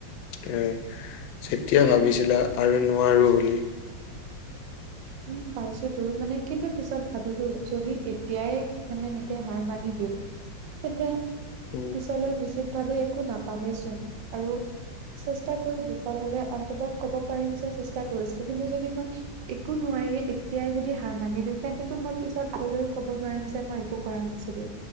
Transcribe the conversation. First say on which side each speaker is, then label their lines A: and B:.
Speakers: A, on the left; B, on the right.
A: এ, যেতিয়া ভাবিছিলা আৰু নোৱাৰোঁ বুলি।
B: উম! পাইছোতো। মানে কিন্তু, পিছত ভাবিলোঁ, যদি এতিয়াই মানে, এনেকে হাৰ মানি দিওঁ! তেন্তে,
A: উম
B: পিছলৈ নিশ্চিত ভাৱে, একো নাপামেইচোন। আৰু চেষ্টা কৰোঁ। বিফল হ'লে, অন্তত ক'ব পাৰিম যে, চেষ্টা কৰিছিলোঁ। কিন্তু, যদি মই একো নোৱাৰি এতিয়াই, যদি হাৰ মানি দিওঁ, তেন্তেতো মই, পিছত আগলৈও ক'ব নোৱাৰিম যে, মই একো কৰা নাছিলোঁ।